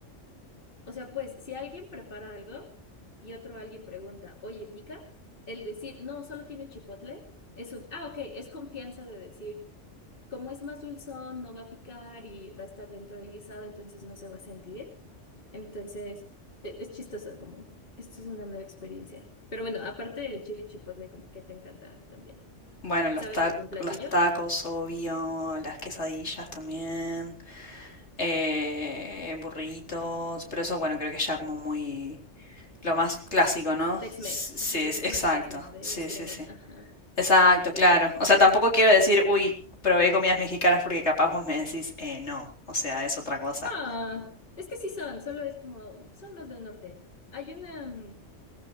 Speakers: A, on the left (about 45°); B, on the left (about 65°).
A: o sea, pues, si alguien prepara algo y otro alguien pregunta, oye, ¿pica? El decir, no, solo tiene chipotle, es un, ah, ok, es confianza de decir. Como es más dulzón, no va a picar y va a estar dentro del guisado, entonces no se va a sentir. Entonces, e- es chistoso, como, esto es una nueva experiencia. Pero bueno, aparte del chili chipotle, como que te encanta también.
B: Bueno, los
A: ¿Sabes
B: ta-
A: algún platillo?
B: los tacos, obvio, las quesadillas también, eh, burritos, pero eso, bueno, creo que ya como muy... Lo más clásico,
A: Ah, es más
B: ¿no?
A: Tex-Mex.
B: S- Sí,
A: Ajá, ya
B: es-
A: es
B: exacto.
A: más Tex-Mex de
B: Sí,
A: los gringos.
B: sí, sí.
A: Ajá,
B: Exacto,
A: sí.
B: claro. O sea, tampoco quiero decir, uy, probé comidas mexicanas porque capaz vos me decís, eh, no. O sea, es otra cosa.
A: Ah, es que sí son, solo es como, son más del norte. Hay una, mm,